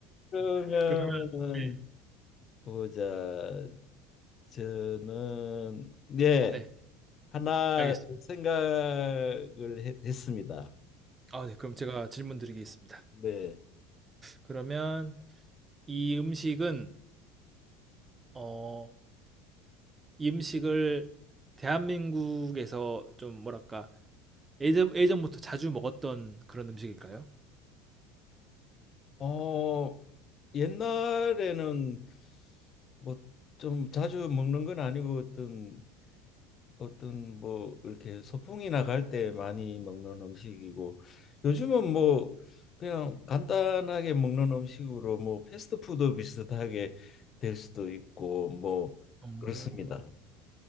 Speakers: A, on the left (about 40°); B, on the right (about 25°).
A: 그러면은
B: 그러면 네.
A: 보자. 저는 예.
B: 네.
A: 하나
B: 알겠습니다.
A: 생각을 해- 했습니다.
B: 아, 네. 그럼 제가 질문 드리겠습니다.
A: 네.
B: 그러면 이 음식은 어, 이 음식을 대한민국에서 좀 뭐랄까? 예전 예전부터 자주 먹었던 그런 음식일까요?
A: 어, 옛날에는 뭐 좀 자주 먹는 건 아니고 어떤 어떤 뭐 이렇게 소풍이 나갈 때 많이 먹는 음식이고 요즘은 뭐 그냥 간단하게 먹는 음식으로 뭐 패스트푸드 비슷하게 될 수도 있고 뭐
B: 오.
A: 그렇습니다.